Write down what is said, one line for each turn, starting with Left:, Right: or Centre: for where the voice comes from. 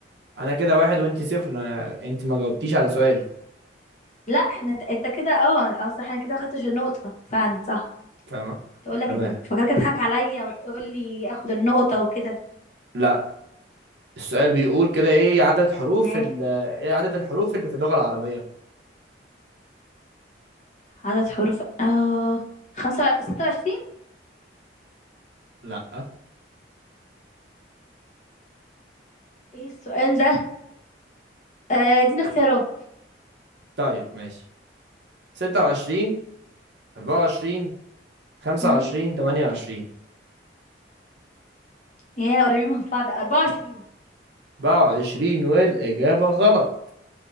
Right: أنا كده واحد وأنت صفر أنا أنت ما جاوبتيش على سؤالي
Left: لا احنا انت, انت كده اه اه صح انا كده ما خدتش النقطة فعلا صح
Right: فاهمة
Left: كنت اقول لك
Right: تمام
Left: انت فاكرك تضحك عليا وتقول لي اخد النقطة وكده
Right: لا السؤال بيقول كده إيه عدد حروف
Left: ماشي
Right: ال... إيه عدد الحروف اللي في اللغة العربية
Left: عدد حروف اه خمسة ستة وعشرين
Right: لا
Left: ايه السؤال ده آه اديني اختيارات
Right: طيب ماشي ستة وعشرين أربعة وعشرين خمسة
Left: مم.
Right: وعشرين تمانية وعشرين
Left: يا قريبين من بعض 24
Right: بقى وعشرين والإجابة غلط